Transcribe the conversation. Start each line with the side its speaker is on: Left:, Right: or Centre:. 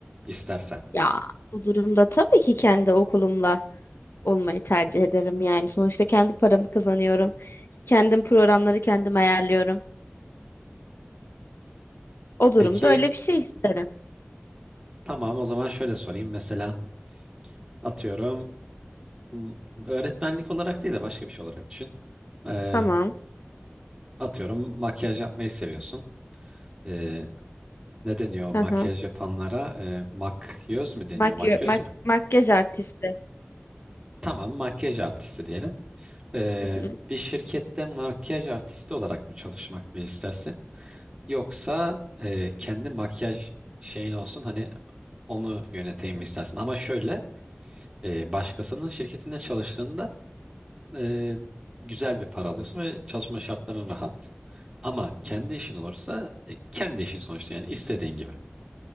Right: istersen.
Left: Ya bu durumda tabii ki kendi okulumla olmayı tercih ederim yani. Sonuçta kendi paramı kazanıyorum. Kendim programları kendim ayarlıyorum. O durumda
Right: Peki
Left: öyle bir şey isterim.
Right: tamam o zaman şöyle sorayım. Mesela atıyorum m- öğretmenlik olarak değil de başka bir şey olarak düşün. Ee,
Left: Tamam.
Right: atıyorum makyaj yapmayı seviyorsun. Ee, ne deniyor makyaj
Left: Hı hı.
Right: yapanlara? Ee, makyöz mü deniyor?
Left: Maky
Right: Makyöz
Left: mak
Right: mü?
Left: makyaj artisti.
Right: Tamam makyaj artisti diyelim. Ee,
Left: Hı hı.
Right: bir şirkette makyaj artisti olarak mı çalışmak mı istersin? Yoksa e, kendi makyaj şeyin olsun hani onu yöneteyim mi istersin? Ama şöyle e, başkasının şirketinde çalıştığında e, güzel bir para alıyorsun ve çalışma şartların rahat. Ama kendi işin olursa e, kendi işin sonuçta yani istediğin gibi.